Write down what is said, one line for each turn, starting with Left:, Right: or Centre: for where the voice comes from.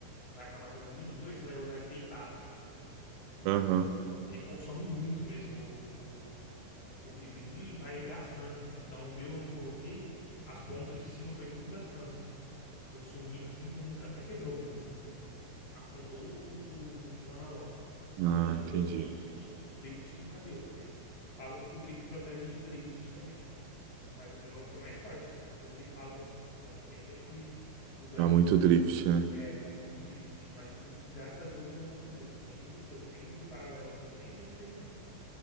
Left: vai acabar jogando muito de dois, você vai usar ele deitado, né? O
Right: Aham.
Left: Joy-Con. E aí consome muito mesmo o, o, o gripzinho e vai gastando. Então o meu eu não coloquei, as pontas de cima foi tudo gastando, assim. Foi sumindo, assim, nunca, até quebrou mesmo, tá? Tipo, afundou o, o, o analógico.
Right: Ah,
Left: O meu nunca
Right: entendi.
Left: deu drift. Drift nunca deu. É, Falam que o grip protege de drift também. Mas o meu foi mais sorte, assim, né? Porque o que falam da Nintendo é que o Joy-Con
Right: Dá muito
Left: é,
Right: drift,
Left: um- é, dá muito drift. Mas um, graças a Deus o meu nunca deu, assim, nenhum dos dois. Nem o paralelo que eu tenho, nem o original.